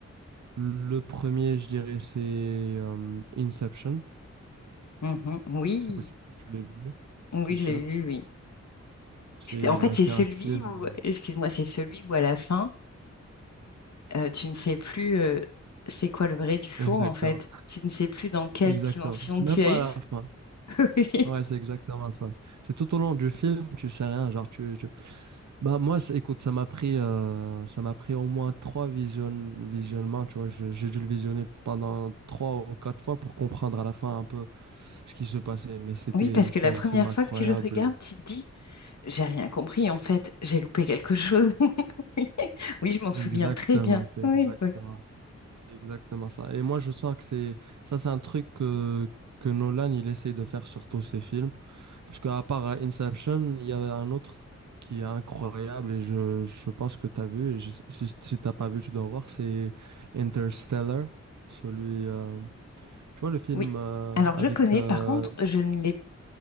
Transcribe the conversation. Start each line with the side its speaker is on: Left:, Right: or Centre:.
Right: Le premier, je dirais, c'est euh, Inception.
Left: Mmh Oui,
Right: C'est possible que tu l'aies vu,
Left: oui,
Right: c'est sûr.
Left: je l'ai vu, oui.
Right: C'est
Left: en fait,
Right: bah,
Left: c'est
Right: c'est
Left: celui
Right: un film.
Left: où excuse-moi, c'est celui où à la fin, heu, tu ne sais plus, heu, c'est quoi le vrai du faux,
Right: Exactement.
Left: en fait. Tu ne sais plus dans quelle
Right: Exactement.
Left: dimension
Right: C'est
Left: tu
Right: même
Left: as
Right: pas
Left: eu
Right: à la fin.
Left: <laughs> oui.
Right: Ouais, c'est exactement ça. C'est tout au long du film, tu sais rien. Genre, tu, tu- Bah, moi, c'est- écoute, ça m'a pris, euh, ça m'a pris au moins trois visionn- visionnements. Tu vois, Je- j'ai dû le visionner pendant trois ou quatre fois pour comprendre à la fin un peu ce qui se passait, mais c'était
Left: Oui, parce que
Right: c'était
Left: la
Right: un
Left: première
Right: film incroyable.
Left: fois que tu le regardes, tu te dis: J'ai rien compris en fait, j'ai loupé quelque chose. <laughs> Oui, oui, je m'en souviens
Right: Exactement,
Left: très bien.
Right: c'est
Left: Oui,
Right: exactement,
Left: oui,
Right: c'est exactement ça. Et moi, je sens que c'est ça, c'est un truc que, que Nolan il essaye de faire sur tous ses films, parce qu'à part euh, Inception, il y avait un autre qui est incroyable et je, je pense que tu as vu. Et je- si si t'as pas vu, tu dois voir. C'est Interstellar, celui. euh, tu vois le film
Left: oui.
Right: euh,
Left: Alors
Right: avec.
Left: je connais,
Right: euh,
Left: par contre, je ne l'ai